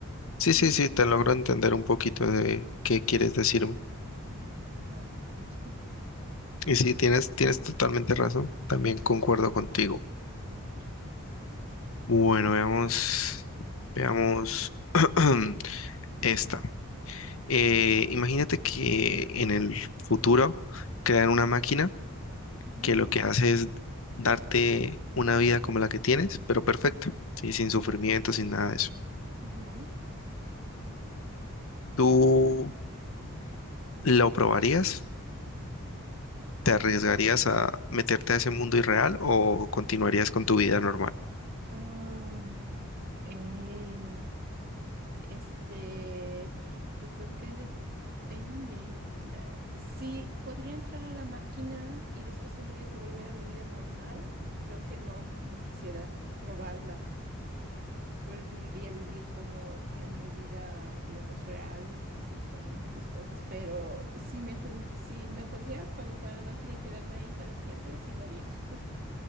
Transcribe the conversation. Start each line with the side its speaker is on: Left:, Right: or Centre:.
Left: Sí,
Right: ujú,
Left: sí, sí, te logro entender un poquito de qué quieres decirme.
Right: ujú. Ah, ok. <laughs>
Left: Y sí, tienes, tienes totalmente razón, también concuerdo contigo.
Right: Ujú, sí.
Left: Bueno, veamos, veamos <clears throat> esta. Eh, imagínate que en el futuro crean una máquina
Right: Ujú,
Left: que lo que hace es darte una vida como la que tienes, pero perfecta, ¿sí? Sin sufrimiento, sin nada de eso.
Right: ujú.
Left: ¿Tú lo probarías? ¿Te arriesgarías a meterte a ese mundo irreal o continuarías con tu vida normal?
Right: Ah, eh, este, yo creo que depende. Eh, Sí, podría entrar a la máquina y después tendría que volver a mi vida normal. Creo que no, no quisiera probarla. Preferiría vivir como en mi vida, digamos, real, así con sus cosas. Pero si me, ten- si me podría conectar a la máquina y quedarme ahí para siempre, sí lo haría. <laughs>